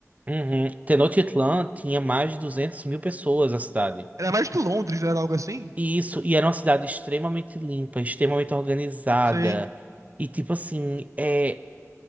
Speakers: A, on the right; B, on the right.
A: Uhum. Tenochtitlan tinha mais de 200 mil pessoas a cidade.
B: Era mais que Londres, não era algo assim?
A: E isso, e era uma cidade extremamente limpa, extremamente organizada.
B: Sim.
A: E tipo assim, é,